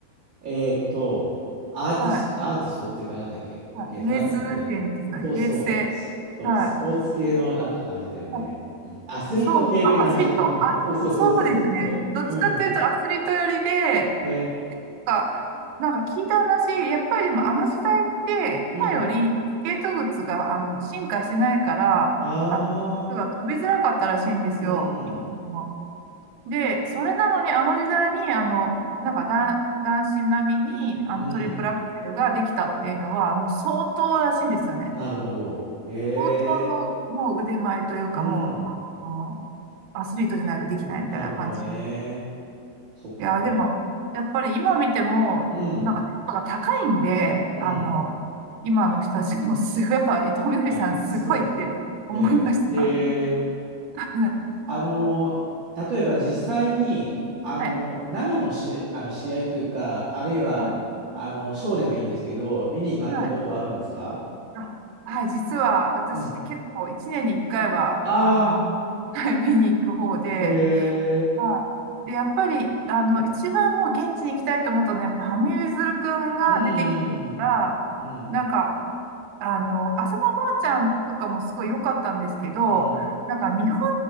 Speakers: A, on the right (about 50°); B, on the right (about 85°).
A: えーっと、アーティスト、
B: はい。
A: アーティストっていうかなんだっけえーっと、
B: はい。レース点ですかね。
A: なんていうんだっけそうそう、
B: レーズ性。
A: スそう、
B: はい。
A: スポーツ系のなんか感じだよね。
B: まあ
A: うん。アスリート系って感じ。
B: そう、あ、アスリート。
A: うん。
B: あ、
A: そうそうそうそうそうそう。
B: そうですね。どっちかっていうとアスリート寄りで、
A: うん。ね。
B: か、なんか聞いた話、やっぱりでもあの時代って今よりスケート靴があの進化してないから、
A: うん。あ
B: あの、靴が飛びづらかったらしいんですよ。
A: あ、うん。
B: 以ので、それなのにあの時代に、あの、なんか男、男子並みにあのトリプルアクセルができたっていうのはもう相当らしいんですよね。
A: うん。なるほど。へえ。
B: 相当のもう腕前というかもう、
A: うん。
B: あの、アスリートじゃないとできないみたいな感じ
A: なるほどね。そっか。
B: いや、でも、やっぱり今見ても、
A: うん。
B: なんか、ちょっとが高いんで、
A: うん。
B: あの、今の人たちもすごい、やっぱ伊藤みどりさんすごいって思いました。
A: あ、そうね。へ
B: <laughs>
A: え。
B: は
A: あのー、例えば実際に、
B: い。
A: あのー、
B: はい。
A: 生のし、あの試合というか、あるいは、
B: はい。
A: あの、ショーでもいいんですけど、見に行かれたことはあるんですか
B: はいあはい実は私結構1年に1回は、
A: うん。ああ、
B: あの、<laughs> はい見に行く方で、
A: え
B: はい。で、やっぱり、あの、一番もう現地に行きたいと思ったのは、やっぱ羽生結弦くんが出てきたら、
A: ー、うん、うん、うん、
B: なんか、あの、浅田真央ちゃんとかもすごい良かったんですけど、
A: うん、
B: なんか日本